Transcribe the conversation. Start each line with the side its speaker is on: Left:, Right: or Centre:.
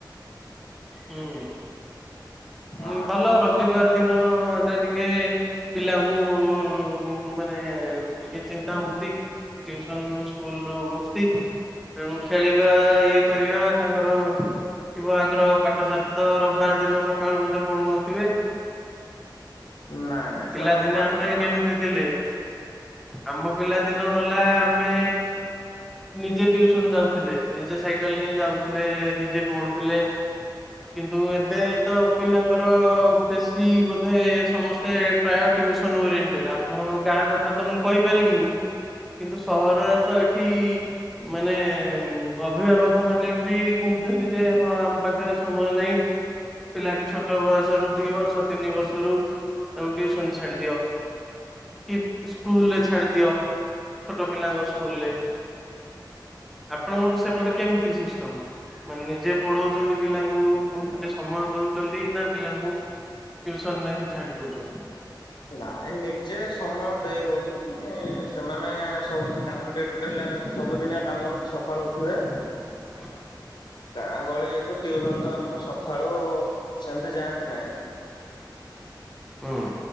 Centre: ହୁଁ, ଉଁ,
Left: ହଁ
Centre: ଭଲ ରବିବାର ଦିନ ଏଟା ଟିକେ ପିଲାଙ୍କୁ ଉ, ମାନେ ଟିକେ ଚିନ୍ତା ମୁକ୍ତି। ଟିଉସନ୍ ସ୍କୁଲ୍ ରୁ ମୁକ୍ତି। ତେଣୁ ଖେଳିବା ଇଏ କରିବା। ତାଙ୍କର ଥିବ ଆଗ୍ରହ ପାଠ ସାଠ ତ ରବବାର ଦିନ ସକାଳୁ ବୋଧେ ପଢ଼ୁନଥିବେ।
Left: ନାଇଁ ନାଇଁ ସେ
Centre: ପିଲାଦିନେ
Left: ରବିବାର
Centre: ଆମେ
Left: ଦିନ କ
Centre: କେମିତି ଥିଲେ? ଆମ ପିଲା ଦିନ ଗଲା ଆମେ ନିଜେ ଟିଉସନ୍ ଯାଉଥିଲେ। ନିଜେ ସାଇକେଲ୍ ନେଇ ଯାଉଥିଲେ ନିଜେ ପଢ଼ୁଥିଲେ। କିନ୍ତୁ ଏବେ ତୋ ପିଲାଙ୍କର ବେଶୀ ବୋଧେ ସମସ୍ତେ ପ୍ରାୟ ଟିଉସନ୍ ଓରିଏଣ୍ଟେଡ୍। ଆପଣଙ୍କ ଗାଁ କଥା ତୋ ମୁଁ କହିପାରିବିନି। କିନ୍ତୁ ସହରରେ ତୋ ଏ ଠି ମାନେ ଉଁ, ଅଭିଭାବକ ମାନେ ବି କହୁଚନ୍ତି ଯେ ହଁ ଆମ ପା ପାଖରେ ସମୟ ନାହିଁ ପିଲାଟି ଛୋ ଟ ବୟସରୁ ଦି ବର୍ଷ ତିନି ବର୍ଷରୁ ତାକୁ ଟିଉସନ ଛାଡି ଦିଅ। କି ସ୍କୁଲ୍ ରେ ଛାଡି ଦିଅ, ଛୋଟ ପିଲାଙ୍କ ସ୍କୁଲ୍ ରେ। ଆପଣଙ୍କର ସେପଟେ କେମିତି ସିଷ୍ଟମ? ମାନେ ନିଜେ ପଢଉଚନ୍ତି ପିଲାଙ୍କୁ ପୁଣିଥରେ ସମୟ ଦଉଚନ୍ତି ନା ପିଲାଙ୍କୁ ଟିଉସନରେ ହିଁ ଛାଡି ଦଉଛନ୍ତି?
Left: ନାଇ ନିଜେ ସମୟ ଦେଇ ହଉନି। ଏ ସେମାନେ ସବୁଦିନ ତାଙ୍କର ଡେ ତ ଡେଲା ସବୁଦିନିଆ କାମ ସକାଳୁ ଉଠିବେ
Centre: <inaudible>
Left: ଗାଁ ଗହଳି ଯେହେତୁ ଟିଉସନ ତୋ ଆମର ସଖାଳୁ ସେମିତି ଯାଆନ୍ତି ନାହିଁ।
Centre: ହୁଁ।